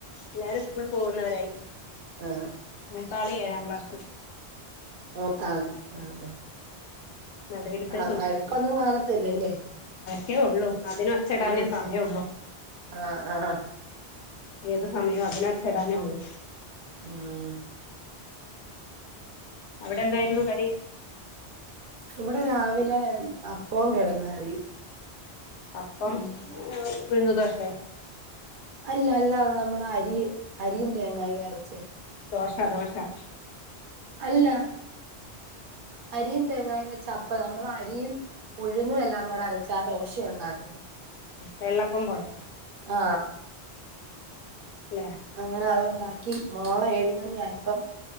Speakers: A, on the left; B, on the right.
A: ല്ലാരും സ് കൂൾ പോകുന്നവരായി
B: ആ
A: മൂതാളീ ഏഴാം ക്ലാസ്
B: മൂതാള് ഉം ഉം
A: നടുവിലത്തെ
B: ആ വഴക്കൊന്നും കാണത്തില്ലല്ലേ
A: കേഒള്ളൂ അതിന് ഒച്ചടാനേ
B: ഉം
A: സമയള്ളൂ
B: ആ ആ
A: ഏതു സമയവും അതിന് ഒച്ചടാനേ ഉള്ളൂ
B: ഉം
A: അവിടെ എന്തായിരുന്നു കടി
B: ഇവിടെ രാവിലെ അപ്പം കിഴങ്ങ് കറിയും
A: അപ്പം
B: ഉം
A: ഉഴുന്നു ദോശെ
B: അല്ല അല്ല നമ്മുടെ അരി അരിയും തേങ്ങായി അരച്ചേ
A: ദോശ ദോശ എ
B: അല്ല അരിയും തേങ്ങായും വെച്ച് അപ്പം ഞങ്ങള് അരിയും ഉഴുന്നും എല്ലാം കൂടെ അരച്ചാൽ ദോശയുണ്ടാക്കും
A: വെള്ളപ്പം പോലെ
B: ആ
A: അല്ലേ
B: അങ്ങനെ അതുണ്ടാക്കി മോളെ ഏഴ് മണി ആയപ്പം